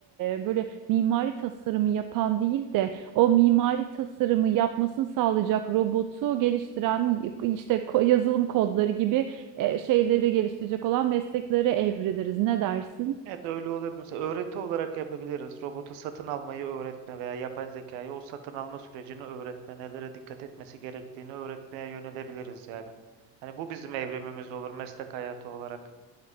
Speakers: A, on the right; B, on the right.
A: e, böyle mimari tasarımı yapan değil de o mimari tasarımı yapmasını sağlayacak robotu geliştiren işte ko- yazılım kodları gibi e, şeyleri geliştirecek olan mesleklere evriliriz. Ne dersin?
B: Evet öyle olabilir. Mesela öğreti olarak yapabiliriz. Robota satın almayı öğretme veya yapay zekayı o satın alma sürecini öğretme, nelere dikkat etmesi gerektiğini öğretmeye yönelebiliriz yani. Hani bu bizim evrimimiz olur meslek hayatı olarak.